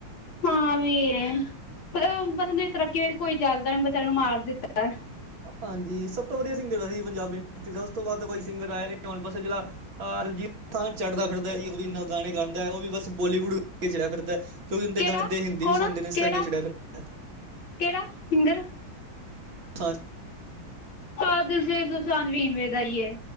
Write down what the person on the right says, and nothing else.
ਹਾਂਜੀ ਸਭ ਤੋਂ ਵਧੀਆ ਸਿੰਗਰ ਦਾ ਸੀ ਪੰਜਾਬੀ ਇੰਡਸਟਰੀ ਦਾ। ਉਸ ਤੋਂ ਬਾਅਦ ਤਾਂ ਕੋਈ ਸਿੰਗਰ ਆਇਆ ਨੀ। ਹੁਣ ਬਸ ਜਿਹੜਾ ਆਹ ਦਲਜੀਤ ਦੁਸਾਂਝ ਚੜ੍ਹਦਾ ਫਿਰਦਾ ਜੀ ਉਹ ਵੀ ਗਾਣੇ ਗਾਂਦਾ। ਉਹ ਵੀ ਬਸ ਬੋਲੀਵੁੱਡ ਕਰਕੇ ਚੜਿਆ ਫਿਰਦਾ। ਕਿਉਂਕਿ ਹਿੰਦੀ
ਗਾਣੇ ਤਾਂ ਹਿੰਦੀ
ਵੀ ਸੁਣਦੇ ਨੇ। ਇਸ
ਕਰਕੇ ਉਹ ਚੜਿਆ ਫਿਰਦਾ।
ਸਾਰੇ